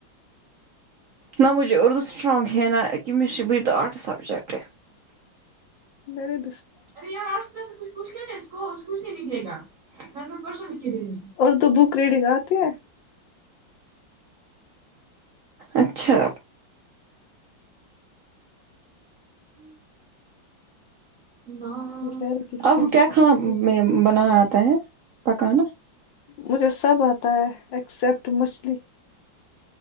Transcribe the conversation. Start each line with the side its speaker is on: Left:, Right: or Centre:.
Right: نہ مجھے اردو سٹرانگ نا کمسٹری بھی تو آٹس سجیکٹ
Left: میرے ب
Right: ارے یار آج تو اسے کچھ پوچھ لا اس کو کچھ نہیں نکل گا ہنڈریڈ پرسینٹ لکھ دے <unintelligible>
Left: اردو بک ریڈنگ آتی ہے
Right: اچھا ماس
Left: یہ پیروں کی اسکن
Right: آپ کو
Left: کتنی،
Right: کیا کھانا بنانا آتا ہے پکانا
Left: مجھے سب آتا ہے ایکسپٹ مچھلی